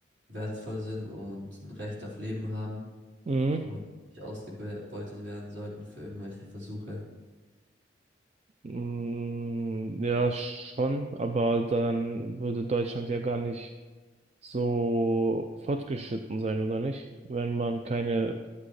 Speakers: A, on the right; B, on the right.
A: wertvoll sind und ein Recht auf Leben haben.
B: Mhm.
A: und nicht ausgebeutet werden sollten für irgendwelche Versuche.
B: Mm, ja, schon, aber dann würde Deutschland ja gar nicht so fortgeschritten sein, oder nicht? Wenn man keine